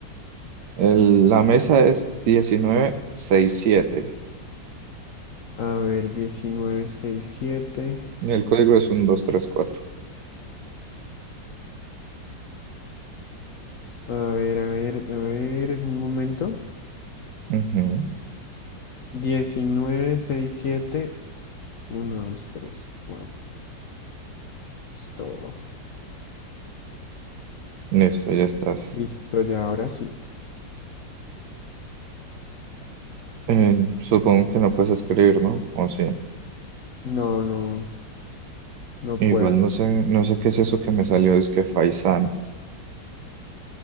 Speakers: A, on the right; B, on the left.
A: El- la mesa es diecinueve sesenta y siete.
B: A ver, diecinueve sesenta y siete
A: Y El código es un dos tres cuatro.
B: A ver, a ver, a ver, un momento.
A: Ujú.
B: diecinueve sesenta y siete Uno, dos, tres, cuatro. Listo.
A: Listo, ya estás.
B: Listo, ya ahora sí.
A: Eh, supongo que no puedes escribir, ¿no? O sí.
B: No, no, no
A: Igual
B: puedo.
A: no sé, no sé qué es eso que me salió, es que Faisán.